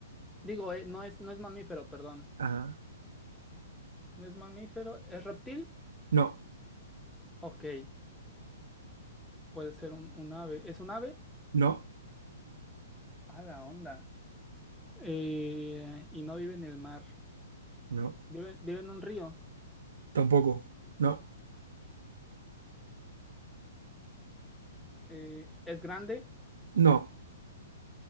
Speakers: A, in the centre; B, on the right.
A: digo, eh, no es, no es mamífero, perdón.
B: Ajá.
A: No es mamífero, ¿es reptil?
B: No,
A: Ok, puede ser un, un ave. ¿Es un ave?
B: no,
A: Ah, la onda. Eh, y no vive en el mar.
B: no.
A: Vive, vive en un río.
B: Tampoco. No,
A: Eh, ¿es grande?
B: no,